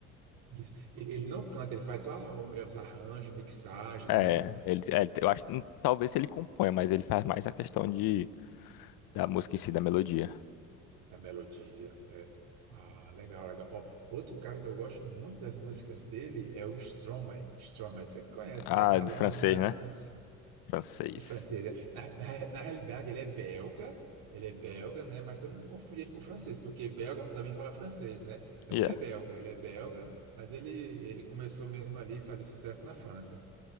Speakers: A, on the right; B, on the left.
A: Isso. Ele, ele não canta, ele faz só ah, o- é, os arranjos, mixagem,
B: É,
A: né?
B: ele, é, eu acho, hum, talvez ele componha, mas ele faz mais a questão de da música em si, da melodia.
A: Da melodia. é. Ah, legal, legal. Ó, outro cara que eu gosto muito das músicas dele é o Stromae. Stromae, você conhece,
B: Ah,
A: né? Alone
B: é do francês,
A: Dance,
B: né? Francês.
A: do francês. né? Na, na, na realidade, ele é belga, ele é belga, né? Mas todo mundo confunde ele com francês, porque belga também fala francês, né? Mas
B: Yeah.
A: ele é belga, ele é belga, mas ele, ele começou mesmo ali a fazer sucesso na França.